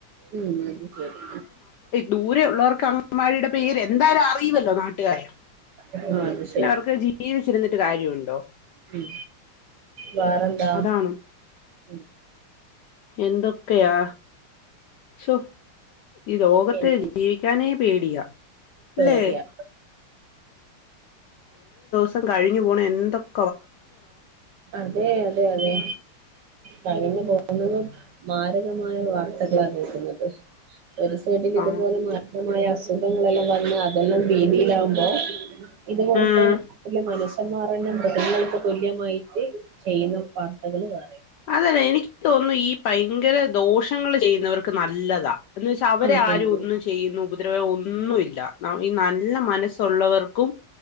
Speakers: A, on the right (about 75°); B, on the left (about 75°).
A: ഉം <unintelligible>
B: ദൂരെ ഉള്ളവർക്ക് അംഗവാടിയുടെ പേര് എന്തായാലും അറിവ ല്ലോ നാട്ട് <unintelligible>
A: ആഹ് അത് ശരി
B: പിന്നെ അവർക്ക് ജീവിച്ചിരുന്നിട്ട് കാര്യവുണ്ടോ
A: ഉം വേറെന്താ
B: അതാണ്.
A: ഉം
B: എന്തൊക്കെയാ? ശൊ ഈ ലോകത്തേ
A: പിന്നെ
B: ജീവിക്കാനേ പേടിയാ
A: പേടിയാ
B: ല്ലേ. <unintelligible> കഴിഞ്ഞ് പോണെ എന്തൊക്
A: അതെ അതെ അതെ കഴിഞ്ഞു പോന്നത് മാരകമായ വാർത്തകളാണ് കേക്കുന്നത്. ഒരു സൈഡില് ഇതുപോലെ
B: ആ
A: മാ മായ അസുഖങ്ങളെല്ലാം വന്ന് അതെല്ലാം ഭീതിയിലാവുമ്പോ ഇതുപോലത്തെ
B: ഉം
A: ന <unintelligible> മനുഷ്യ ന്ന് പറയുന്ന മൃഗങ്ങൾക്ക് തുല്യമായിട്ട് ചെയ്യുന്ന വാർത്തകള് വേറെയും
B: അതല്ലെ എനിക്ക് തോന്നുന്നു ഈ ഭയങ്കര ദോഷങ്ങള് ചെയ്യുന്നവർക്ക് നല്ലതാ എന്ന് വെച്ചാ അവരെ
A: അതെ
B: ആരും
A: അതെ
B: ഒന്നും ചെയ്യുന്നും ഉപദ്ര <inaudible> ഒന്നും ഇല്ല ഈ നല്ല മനസ്സുള്ളവർ ക്കും